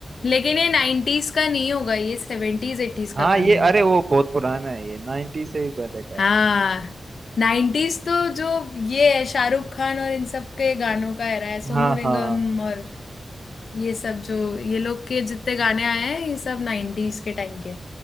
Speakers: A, on the left (about 70°); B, on the right (about 40°).
A: लेकिन ये नाइन्टीज का नहीं होगा ये सेवेंटीज एटीज
B: हाँ
A: का
B: ये
A: गाना होगा
B: अरे वो बहुत पुराना है ये 90 से भी पहले का
A: हाँ
B: है
A: नाइन्टीज तो जो ये है शाहरुख खान और इन सब के गानों का era है सोनू
B: हाँ
A: निगम
B: हाँ
A: और ये सब जो ये लोग के जितने गाने आए हैं ये सब नाइन्टीज के टाइम के